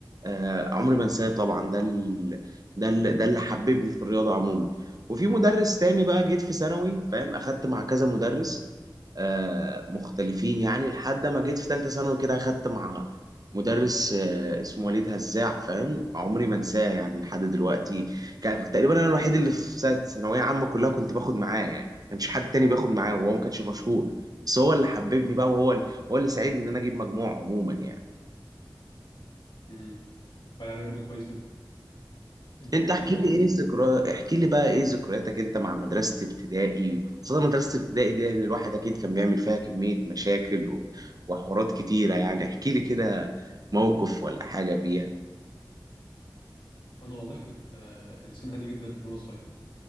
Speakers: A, on the right (about 50°); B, on the left (about 85°).
A: آه عمري ما انساه طبعا ده ال... ده ال... ده اللي حببني في الرياضه عموما وفي مدرس تاني بقى جيت في ثانوي فاهم اخدت مع كذا مدرس آه مختلفين يعني لحد ما جيت في ثالثه ثانوي كده اخدت مع مدرس آه اسمه وليد هزاع فاهم عمري ما انساه يعني لحد دلوقتي كان تقريبا انا الوحيد اللي في سنة- ثانويه عامه كلها كنت باخد معاه يعني ما كانش حد تاني بياخد معاه وهو ما كانش مشهور بس هو اللي حببني بقى وهو اللي هو اللي ساعدني ان انا اجيب مجموع عموما يعني
B: امم بقى عليه راجل كويس جدا انت
A: انت
B: قول
A: احكي
B: لي برضو
A: لي ايه ذكرى احكي لي بقى ايه ذكرياتك انت مع مدرسه ابتدائي خاصه مدرسه ابتدائي دي لان الواحد اكيد كان بيعمل فيها كميه مشاكل و... وحوارات كتيره يعني احكي لي كده موقف ولا حاجه فيها
B: انا والله كنت آه، انسان هادي جدا من وانا صغير